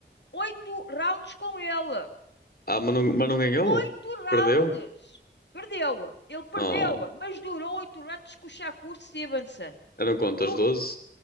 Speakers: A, on the left; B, on the left.
A: oito rounds com ele.
B: Ah, mas não, mas não ganhou?
A: Oito rounds!
B: Perdeu?
A: Perdeu-a. Ele perdeu-a.
B: Oh,
A: Mas durou oito rounds com o Shakur Stevenson.
B: eram quantas?
A: Du-
B: 12?